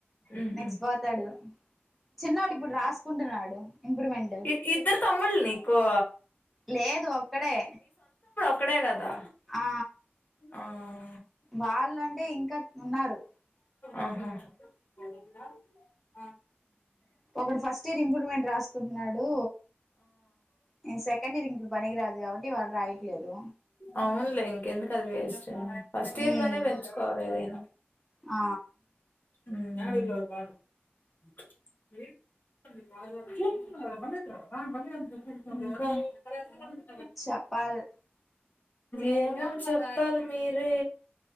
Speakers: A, on the left; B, in the centre.
A: మ్మ్
B: నెక్స్ట్ పోతాడు. చిన్నొడిపుడు రాసుకుంటున్నాడు ఇంప్రూవ్మెంట్
A: ఇ ఇద్దరు తమ్ముళ్నికు
B: లేదు ఒక్కడే
A: ఇక్కడే కదా
B: ఆ
A: ఆ
B: వాళ్ళ ం టే ఇంకా ఉన్నారు
A: ఆహా <inaudible>
B: ఒకడు ఫస్ట్ ఇయర్ ఇంప్రూవ్మెంట్ రాసుకుంటున్నాడు నేను సెకండ్ ఇయర్ ఇంప్రూ పనికి రాదు కాబట్టి వాడు రాయట్లేదు
A: అవునులే ఇంకెందుకు అది వేస్ట్ ఫస్ట్ ఇయర్
B: ఉమ్
A: లోనే పెంచుకోవాలి ఏదైనా
B: ఆ
A: హ్మ్
B: చపాల్
A: ఏమం చెప్పాలి మీరే